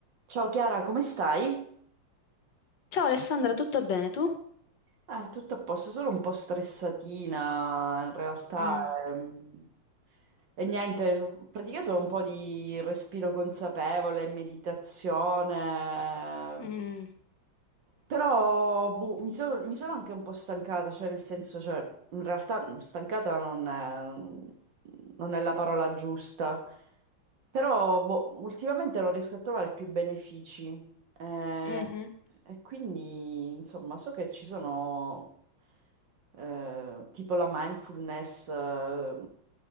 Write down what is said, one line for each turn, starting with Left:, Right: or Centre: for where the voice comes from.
Right: Ciao Chiara, come stai?
Left: Ciao Alessandra, tutto bene tu?
Right: Ah, tutto a posto, sono un po' stressatina in realtà.
Left: Mm,
Right: ehm. E niente, ho praticato un po' di respiro consapevole, meditazione,
Left: mm,
Right: però boh, mi, so- mi sono anche un po' stancata, cioè nel senso, cioè, in realtà stancata non è, non è la parola giusta, però boh, ultimamente non riesco a trovare più benefici. Eh,
Left: mhm,
Right: E quindi, insomma, so che ci sono eh, tipo la mindfulness, eh,